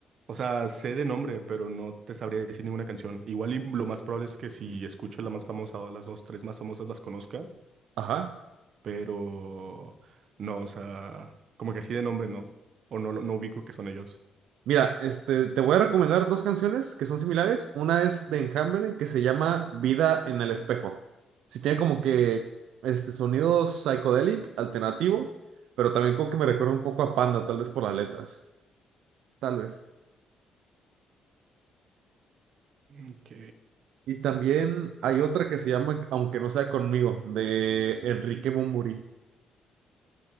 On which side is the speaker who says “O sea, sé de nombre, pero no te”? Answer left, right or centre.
Right